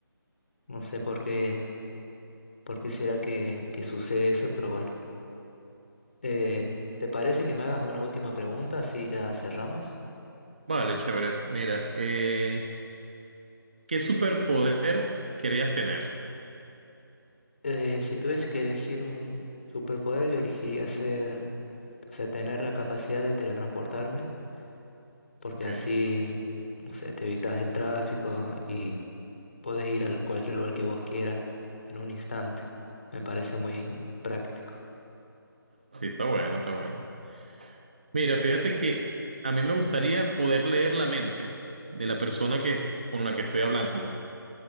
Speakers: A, on the left; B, on the right.
A: No sé por qué, por qué será que, que sucede eso, pero bueno. Eh, ¿te parece que me hagas una última pregunta? Así ya cerramos.
B: Vale, chévere. Mira, eh, ¿qué superpoder querías tener?
A: Eh, si tuviese que elegir un superpoder, yo elegiría ser, o sea, tener la capacidad de teletransportarme, porque
B: Ok.
A: así, no sé, te evitas el tráfico y puedes ir a cualquier lugar que vos quieras en un instante. Me parece muy práctico.
B: Sí, está bueno, está bueno. Mira, fíjate que a mí me gustaría poder leer la mente de la persona que, con la que estoy hablando.